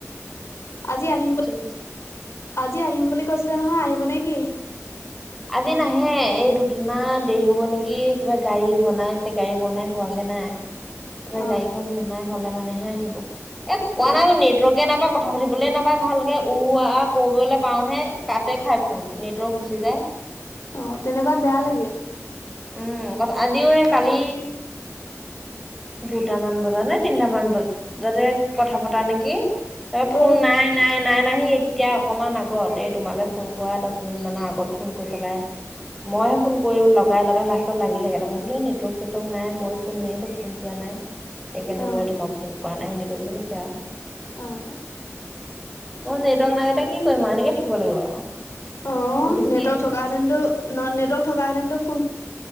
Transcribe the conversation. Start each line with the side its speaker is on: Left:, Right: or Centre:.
Left: আজি আহিম
Centre: খুচৰি
Left: আজি আহিম বুলি কৈছিলে নহয় আহিব নেকি?
Centre: আজি নাহে, এই দুদিনমান দেৰি হব নেকি, কিবা গাড়ী বনাইছে, গাড়ী বনাই হোৱাগে নাই। তাপা
Left: অ
Centre: গাড়ীখন বনাই হলে মানেহে আহিব। এ কোৱা
Left: অ
Centre: নাই জানো নেটৱৰ্কে নাপায় কথা পাতিবলে নাপায় ভালকে, উ আ কৰিবলৈ পাওহে, কাতে খাই ফোন, নেটৱৰ্ক গুচি যায়।
Left: অঁ তেনেকুৱাত বেয়া লাগে।
Centre: উম ক আজিও এই কালি দুটামান বজাত নে তিনটামান বজাতে কথা পতা নেকি। তাৰপৰা ফোন
Left: অ
Centre: নাই নাই নাই নাহি এতিয়া অকমান আগত, এই তোমালৈ ফোন কৰা দহ মিনিট মানৰ আগত ফোন কৰি পেলাই মই হে ফোন কৰি ল লগাই লগাই লাষ্টত লাগিলেগে, তাৰপৰা ভাবিলো নেটৱৰ্ক চেটৱৰ্ক নাই, মইয়ো ফোন মাৰি আছো ফোন যোৱা নাই। সেইকাৰণে
Left: অ
Centre: বোলে তোমাক ফোন কোৱা নাই সেনেকে বুলি কৈছে আৰু।
Left: অহ।
Centre: মোৰ নেটৱৰ্ক নাই তেতিয়া কি কৰিম আৰু এনেকে থাকিব লাগিব আৰু।
Left: অঁ
Centre: মই বোলো
Left: নেটৱৰ্ক
Centre: কি
Left: থকাহেতেনটো নেটৱৰ্ক থকাহেতেনটো